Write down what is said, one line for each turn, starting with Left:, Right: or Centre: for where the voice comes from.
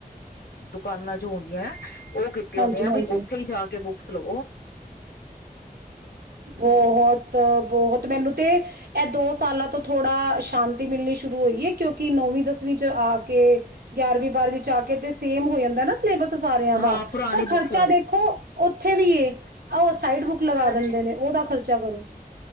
Left: ਦੁਕਾਨਾਂ ਜੋ ਹੁੰਂਦੀਆਂ ਏ ਓਹ ਕੀਤੇ
Right: ਹਾਂਜੀ
Left: ਹੁੰਦੀਆਂ, ਭਈ
Right: ਹਾਂਜੀ
Left: ਓੱਥੇ ਹੀ ਜਾ ਕੇ ਬੁੱਕ ਸਲੋ
Right: ਬਹੁਤ, ਬਹੁਤ ਮੈਨੂੰ ਤੇ' ਇਹ ਦੋ ਸਾਲਾਂ ਤੋਂ ਥੋੜਾ ਸ਼ਾਂਤੀ ਮਿਲਣੀ ਸ਼ੁਰੂ ਹੋਈ ਐ ਕਿਉਂਕਿ ਨੌਵੀਂ ਦਸਵੀਂ ਚ ਆ ਕੇ ਗਿਆਰਵੀਂ ਬਾਰਵੀਂ ਚ ਆ ਕੇ ਤੇ ਸੇਮ ਹੋ ਜਾਂਦਾ ਨਾ ਸਿਲੇਬਸ ਸਾਰਿਆਂ ਦਾ
Left: ਹਾਂ ਪੁਰਾਣੀ
Right: ਪਰ ਖਰਚਾ
Left: ਬੁੱਕਸ
Right: ਦੇਖੋ ਉੱਥੇ ਵੀ ਏ ਉਹ ਸਾਈਡ ਬੁੱਕ ਲਗਾ
Left: ਸਰਬਜੀਤ
Right: ਦਿੰਦੇ ਨੇ ਉਹਦਾ ਖਰਚਾ ਕਰੋ